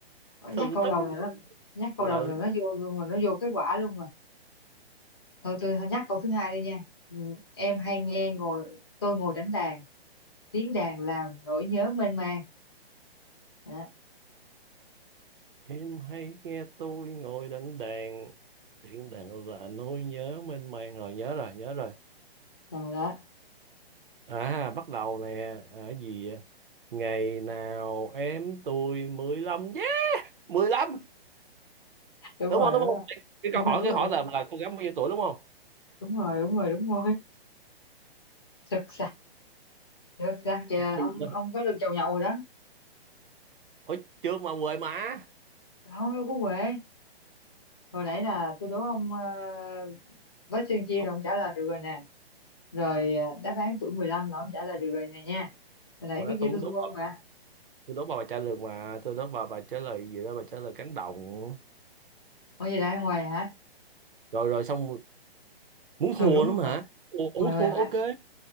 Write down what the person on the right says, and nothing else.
thường
tất
ừ.
em hay nghe tôi ngồi đánh đàn tiếng đàn là nỗi nhớ mênh mang rồi nhớ rồi nhớ rồi
à bắt đầu nè à, cái gì vậy? ngày nào em tôi 15 yeah mười lăm
đúng
không đúng không cái
câu hỏi
cái
hỏi là là cô gái bao nhiêu tuổi đúng không
Yeah.
Ủa chưa mà quên mà
ông
hồi
đó
tôi cũng
đốt
bà
tôi đốt vào bài trả lời mà tôi đốt vào bài trả lời gì đó bài trả lời cánh đồng
rồi rồi xong muốn
thua
lắm
hả
Ủa,
muốn
thua
ok